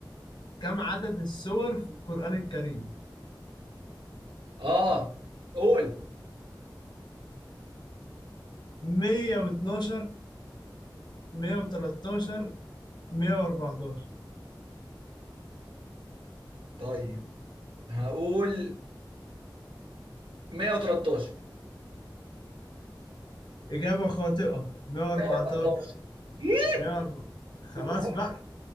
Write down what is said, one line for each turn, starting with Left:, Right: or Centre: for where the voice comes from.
Left: كم عدد السور في القرآن الكريم
Right: اه قول
Left: 112 113 114
Right: طيب هقول 113
Left: إجابة خاطئة 114
Right: 114 إيه؟
Left: 104 خلاص
Right: كنت هقول-
Left: بقى